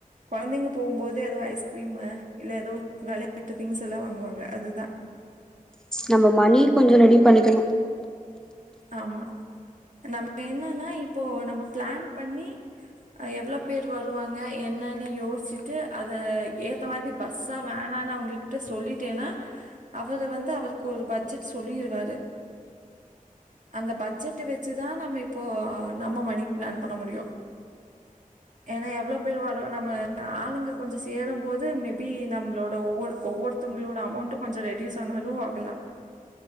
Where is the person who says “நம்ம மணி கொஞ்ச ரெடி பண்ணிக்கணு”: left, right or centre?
Centre